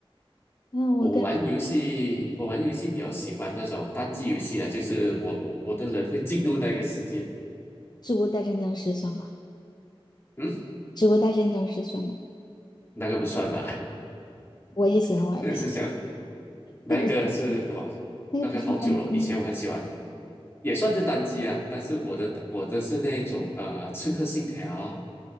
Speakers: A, on the left; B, on the left.
A: 那我跟
B: 我玩游戏，我玩游戏比较喜欢那种单机游戏啊，就是我我我的人会进入那个世界。
A: 植物大战僵尸算吗？
B: 嗯，
A: 植物大战僵尸算吗？
B: 那个不算吧？
A: 我也喜欢玩那个，
B: <laughs> 那是想那个是哇，
A: 那个不算，那个不算单机吗？
B: 那个好久了，以前我很喜欢。也算是单机啊，但是我的我的是那种呃《刺客信条》